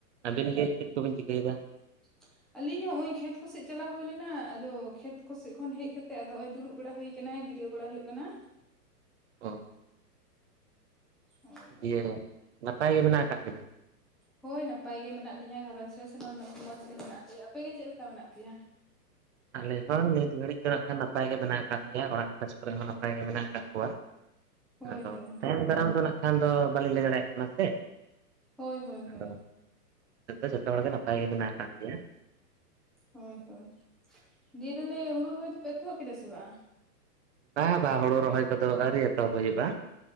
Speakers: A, on the right; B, in the centre.
A: ᱟᱵᱤᱱ ᱜᱮ ᱪᱮᱫ ᱠᱚᱵᱤᱱ ᱪᱤᱠᱟᱹᱭ ᱫᱟ?
B: <unintelligible> ᱟᱞᱤᱧ ᱦᱚᱸ ᱱᱚᱜ ᱚᱭ ᱠᱷᱮᱛ ᱠᱚ ᱥᱮᱡ ᱪᱟᱞᱟᱣ ᱦᱩᱭ ᱞᱮᱱᱟ ᱟᱫᱚ ᱠᱷᱮᱛ ᱠᱚ ᱥᱮᱫ ᱠᱷᱚᱱ ᱦᱮᱡ ᱠᱟᱛᱮ ᱟᱫᱚ ᱦᱚᱸᱜᱼᱚᱭ ᱫᱩᱲᱩᱵ ᱵᱟᱲᱟ ᱦᱩᱭ ᱠᱟᱱᱟ ᱡᱤᱨᱟᱹᱣ ᱵᱟᱲᱟ ᱦᱩᱭᱩᱜ ᱠᱟᱱᱟ ᱾
A: ᱚ
B: ᱦᱳᱭ ᱦᱳᱭ
A: ᱫᱤᱭᱮ ᱱᱟᱯᱟᱭ ᱜᱮ ᱢᱮᱱᱟᱜ ᱟᱠᱟᱫ ᱵᱤᱱᱟ?
B: ᱦᱳᱭ ᱱᱟᱯᱟᱭ ᱜᱮ ᱢᱮᱱᱟᱜ ᱞᱤᱧᱟᱹ ᱜᱷᱟᱨᱚᱸᱧᱡᱽ ᱨᱮ ᱥᱟᱱᱟᱢ ᱢᱚᱸᱡᱽ ᱜᱮ ᱢᱮᱱᱟᱜ ᱞᱮᱭᱟ ᱟᱯᱮ ᱜᱮ ᱪᱮᱫ ᱞᱮᱠᱟ ᱢᱮᱱᱟᱜ ᱯᱮᱭᱟ?
A: ᱟᱞᱮ ᱦᱚᱸ ᱱᱤᱛ ᱜᱷᱟᱹᱲᱤᱡ ᱫᱚ ᱱᱟᱸᱜ ᱠᱷᱟᱱ ᱱᱟᱯᱟᱭ ᱜᱮ ᱵᱮᱱᱟᱣ ᱟᱠᱟᱫ ᱞᱮᱭᱟ ᱚᱲᱟᱜ ᱠᱚᱨᱮ ᱦᱚ ᱱᱟᱯᱟᱭ ᱜᱮ ᱢᱮᱱᱟᱜ ᱟᱠᱟᱫ ᱠᱚᱣᱟ
B: ᱦᱳᱭ
A: ᱟᱫᱚ
B: ᱦᱳᱭ
A: ᱛᱟᱭᱚᱢᱱ ᱫᱟᱨᱟᱢ ᱫᱚ ᱱᱟᱸᱜ ᱠᱷᱟᱱ ᱫᱚ ᱵᱟᱹᱞᱤᱧ ᱞᱟᱹᱭ ᱫᱟᱲᱮᱭᱟᱜ ᱠᱟᱱᱟ ᱥᱮ
B: ᱦᱳᱭ ᱦᱳᱭ
A: ᱟᱫᱚ
B: ᱦᱳᱭ
A: ᱱᱤᱛᱳᱜ ᱫᱚ ᱡᱚᱛᱚ ᱦᱚᱲ ᱜᱮ ᱱᱟ ᱱᱟᱯᱟᱭ ᱜᱮ ᱢᱮᱱᱟᱜ ᱟᱠᱟᱫ ᱞᱮᱭᱟ
B: ᱦᱳᱭ ᱦᱳᱭ ᱫᱤᱭᱮ ᱛᱟᱦᱞᱮ ᱦᱩᱲᱩ ᱨᱚᱦᱚᱭ ᱫᱚ ᱯᱮ ᱮᱛᱚᱦᱚᱵ ᱠᱮᱫᱟ ᱥᱮ ᱵᱟᱝ
A: ᱵᱟ ᱵᱟ ᱦᱳᱲᱳ ᱨᱚᱦᱚᱭ ᱠᱚᱫᱚ ᱟᱹᱣᱨᱤ ᱮᱛᱚᱦᱚᱵ ᱦᱩᱭᱩᱜᱼᱟ